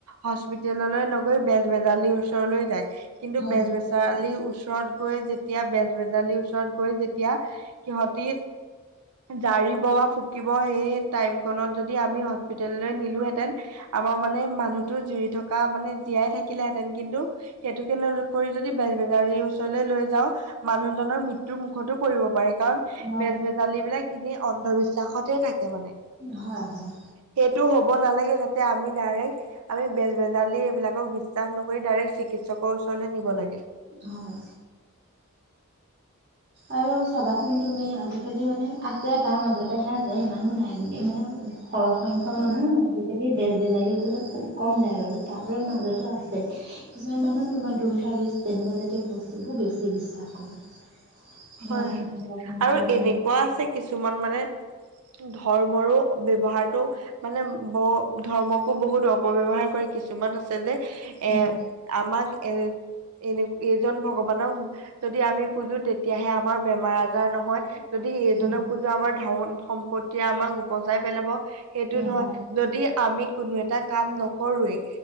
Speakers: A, on the right (about 80°); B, on the right (about 45°).
A: হস্পিতেললৈ নগৈ বেজ বেজালিৰ ওচৰলৈ যায়। কিন্তু
B: হয়
A: বেজবেচাৰলীৰ ওচৰত গৈ যেতিয়া বেজবেজাৰালিৰ ওচৰত গৈ যেতিয়া এতিয়া সিহঁতি জাৰিব বা ফুকিব সেই টাইমকণত যদি আমি। হস্পলৈ নিলোতেন আমাৰ মানে মানুহতো জুৰি থকা। থকা মানে জীয়াই থাকিলেহেঁতেন। কিন্তু, সেইটোকে কৰি যদি বেজ বেজাৰীৰ ওচৰলৈ লৈ যাওঁ মানুহজনৰ মৃত্যু মুখ। মুখতো পৰিব পাৰে, কাৰণ
B: হয়,
A: বেজ বেজালী বিলাক এনেই অন্ধবিশ্বাসতে থাকে। মানে।
B: হয়, হয়,
A: সেইটো হ'ব ন নালাগে তাতে, আমি ডাইৰেক আমি বেজ-বেজালি এইবিলাকক বিশ্বাস নকৰি ডাইৰেক চিকিৎসকৰ ওচৰলৈ নিব লাগে।
B: হয়। আৰু চাবাচোন তুমি আজিকালি মানে আছে তাৰ মাজতেহে আছে, ইমানো নাই বুলি, মানে সৰহ সংখ্যক
A: হয়
B: মানুহ আজিকালি বেজ-বেজালী কম যায় বাৰু। তাৰে মাজত আছে, কিছুমান মানুহ তোমাৰ দল টাবিছ তেনেকুৱা জাতীয় সেইবোৰ বেছি বিশ্বাস কৰে। ধৰা
A: হয়
B: তোমাৰ
A: হয়
B: ঘৰখনত
A: আৰু
B: কিবা
A: এনেকুৱা আছে কিছুমান মানে ধৰ্মৰো ব্যৱহাৰতটো মানে ব ধৰ্মকো বহুত অপব্যৱহাৰ কৰে, কিছুমান আ যে
B: হয়,
A: এ আমাক এ এনে-এইজন ভগৱানক যদি আমি পুজো তেতিয়াহে আমাৰ বেমাৰ আজাৰ নহয়। যদি সেইজনক
B: হয়,
A: পুজা আমাৰ ধন সম্পত্তিয়ে আমাক উপজাই পেলাব। সেইটো
B: হয়,
A: নহয়। যদি আমি কোনো এটা কাম নকৰোৱেই,